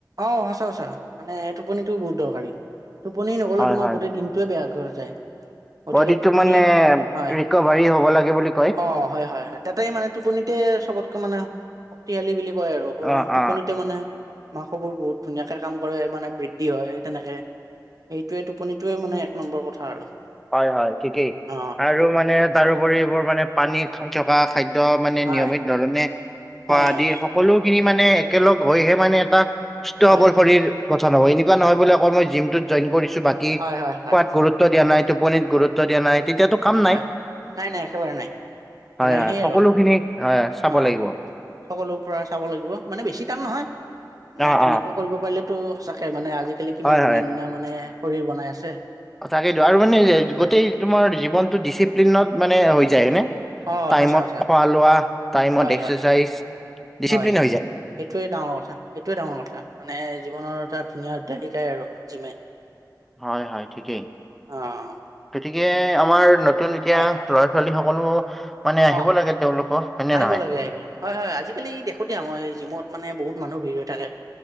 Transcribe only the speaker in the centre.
হয়
হয়
বডিটো
মানে
ৰিকভাৰী হ'ব লাগে বুলি কয়।
অ
অ
হয় হয় ঠিকেই,
আৰু মানে তাৰোপৰি এইবোৰ মানে পানীত শুই থকা। খাদ্য মানে
নিয়মিত ধৰণে খোৱা
আদি
সকলো খিনি মানে একেলগ হৈহে মানে এটা সুস্থ
সবল শৰীৰ কথা নহয়, এনেকুৱা নহয় বোলে আক মই জিমটোত জইন কৰিছো বাকী,
খোৱাত গুৰুত্ব দিয়া নাই। টোপনিত গুৰুত্ব দিয়া নাই তেতিয়াতো কাম নাই
হয়
হয়
সকলোখিনি
হয় চাব
লাগিব অ
অ
হয়
হয়
অ, তকেইটো আৰু মানে
গোটেই তোমাৰ জীৱনটো ডিচিপ্লিনত মানে হৈ যায় হয় নে,
টাইমত
খোৱা লোৱা টাইমত
এক্সাৰচাইজ।
ডিচিপ্লিন
হৈ যায়।
হয় হয় ঠিকেই।
গতিকে আমাৰ নতুন এতিয়া
লৰা, ছোৱালী সকলো মানে আহিব
লাগে তেওঁলোকো হয়নে
নহয়?